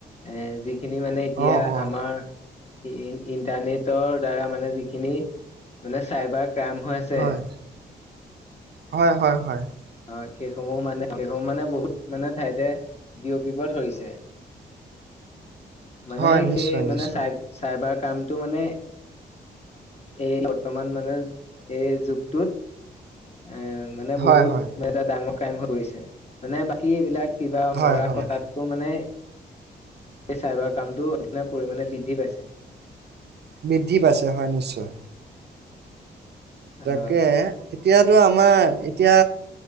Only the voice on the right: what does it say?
অ অ
হয়, হয়- হয়- হয়
হয়, নিশ্চয়,
নিশ্চয়,
হয়,
হয়,
হয়,
হয়।
বৃদ্ধি পাইছে হয়, নিশ্চয়। তাকে,
এতিয়াতো আমাৰ এতিয়া